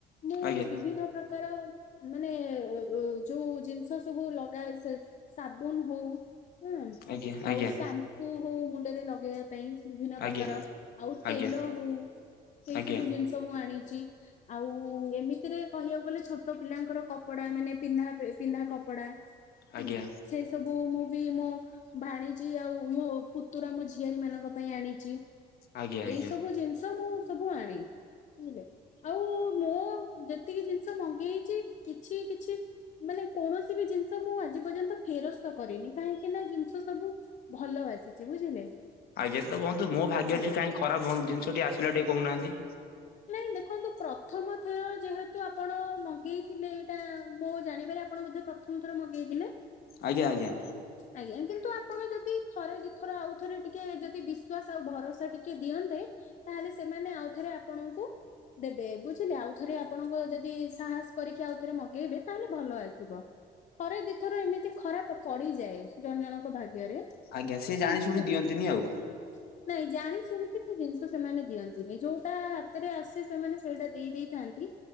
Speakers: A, on the left; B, on the left.
A: ମୁଁ
B: ଆଜ୍ଞା
A: ବିଭିନ୍ନ ପ୍ରକାର ମାନେ ଯୋଉ ଜିନିଷ ସବୁ ଲଗାଏ ସେ ସାବୁନ ହୋ ଉ ହୁଁ
B: ଆଜ୍ଞା ଆଜ୍ଞା
A: ଆଉ ସାମ୍ପୁ ହୋଉ ମୁଣ୍ଡରେ ଲଗେଇବା ପାଇଁ ବିଭିନ୍ନ
B: ଆଜ୍ଞା
A: ପ୍ରକାର। ଆଉ ତେଲ
B: ଆଜ୍ଞା
A: ହୋଉ ଏଇ
B: ଆଜ୍ଞା
A: ସବୁ ଜିନିଷ ମୁଁ ଆଣିଚି। ଆଉ ଏମିତିରେ କହିବାକୁ ଗଲେ ଛୋଟ ପିଲାଙ୍କର କପଡା ମାନେ ପିନ୍ଧା ପିନ୍ଧା କପଡା
B: ଆଜ୍ଞା।
A: ହୁଁ ସେ ସବୁ ମୁଁ ବି ମୋ ଭାଣିଜି ଆଉ ମୋ ପୁତୁରା ମୋ ଝିଆରୀ ମାନଙ୍କ ପାଇଁ ଆଣିଚି।
B: ଆଜ୍ଞା
A: ଏଇ
B: ଆଜ୍ଞା
A: ସବୁ ଜିନିଷ ମୁଁ ସବୁ ଆଣେ ବୁଝିଲେ ଆଉ ମୁଁ ଯେତିକି ଜିନିଷ ମଗେଇଚି କିଛି କିଛି ମାନେ କୌଣସି ବି ଜିନିଷ ମୁଁ ଆଜି ପର୍ଯ୍ୟନ୍ତ ଫେରସ୍ତ କରିନି କାହିଁକି ନା ଜିନିଷ ସବୁ ଭଲ ଆସିଚି ବୁଝିଲେ
B: ଆଜ୍ଞା ତ ବନ୍ଧୁ ମୋ ଭାଗ୍ୟ
A: ଆଜ୍ଞା
B: ଟି କାଇଁ ଖରାପଜିନିଷଟି ଆସିଲା ଟିକେ କୋହୁନାହାନ୍ତି।
A: ନାଇଁ ଦେଖନ୍ତୁ ପ୍ରଥମ ଥର ଯେହେତୁ ଆପଣ ମଗେଇଥିଲେ ଏଇଟା ମୋଜାଣିବାରେ ଆପଣ ବେଧେ ପ୍ରଥମ ଥର ମଗେଇଥିଲେ
B: ଆଜ୍ଞା ଆଜ୍ଞା।
A: ଆଜ୍ଞା କିନ୍ତୁ ଆପଣ ଯଦି ଥରେ ଦିଥର ଆଉଥରେ ଟିକେ ଯଦି ବିଶ୍ଵାସ ଆଉ ଭରସା ଟିକେ ଦିଅନ୍ତେ ତାହେଲେ ସେମାନେ ଆଉ ଥରେ ଆପଣଙ୍କୁ ଦେବେ ବୁଝିଲେ ଆଉ ଥରେ ଆପଣଙ୍କ ଯେଦି ସାହସ କରିକି ଆଉ ଥରେ ମଗେଇବେ ତାହେଲେ ଭଲ ଆସିବ। ଥରେ ଦିଇଥର ଏମିତି ଖରାପ ପଡିଯାଏ ଜଣ ଜଣଙ୍କ ଭାଗ୍ୟରେ
B: ଆଜ୍ଞା ସେ ଜାଣି
A: କିନ୍ତୁ
B: ଶୁଣି ଦିଅନ୍ତିନି ଆଉ
A: <inaudible> ନାଇଁ ଜାଣି ଶୁଣିକି ସେ ଜିନିଷ ସେମାନେ ଦିଅନ୍ତିନି ଯୋଉଟା ହାତରେ ଆସେ ସେମାନେ ସେଇଟା ଦେଇ ଦେଇ ଦେଇଥାନ୍ତି।